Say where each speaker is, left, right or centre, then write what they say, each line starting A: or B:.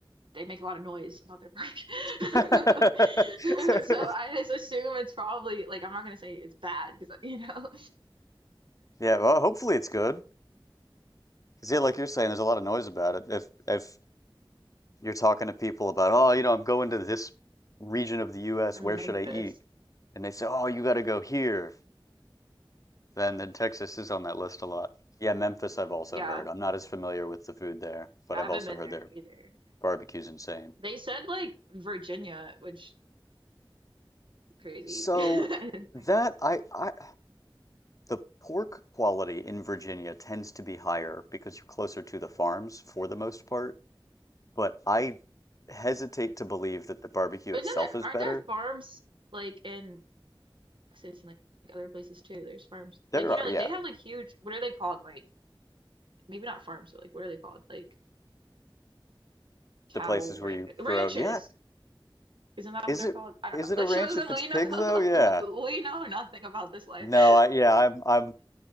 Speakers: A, on the right; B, on the left.
A: they make a lot of noise about their bark.
B: <laughs>
A: <laughs> So I just assume it's probably like I'm not gonna say it's bad because you know
B: Yeah, well, hopefully it's good. 'Cause yeah, like you're saying, there's a lot of noise about it. If if you're talking to people about, oh, you know, I'm going to this region of the US,
A: <laughs> Memphis.
B: where should I eat? And they say, oh, you got to go here. Then then Texas is on that list a lot. Yeah, Memphis, I've also
A: Yeah,
B: heard. I'm not as familiar with the food there, but
A: yeah,
B: I've
A: I haven't
B: also
A: been
B: heard
A: there
B: there.
A: either.
B: Barbecue's insane.
A: They said like Virginia, which is crazy.
B: So
A: <laughs>
B: that I I the pork quality in Virginia tends to be higher because you're closer to the farms for the most part, but I hesitate to believe that the barbecue
A: But
B: itself
A: isn't there
B: is
A: aren't
B: better.
A: there farms like in Texas and like other places too? There's farms
B: There
A: like you
B: are,
A: know like
B: yeah,
A: they have like huge what are they called like maybe not farms but like what are they called like cattle
B: the places
A: ranches
B: where you
A: ranches
B: grow. Yeah,
A: Isn't that
B: is
A: what they're
B: it
A: called? I don't
B: is
A: know.
B: it
A: That
B: a ranch
A: shows
B: if
A: that
B: it's
A: we
B: pig
A: know
B: though?
A: <laughs>
B: Yeah.
A: like we know nothing about this life.
B: No,
A: <laughs>
B: I yeah, I'm I'm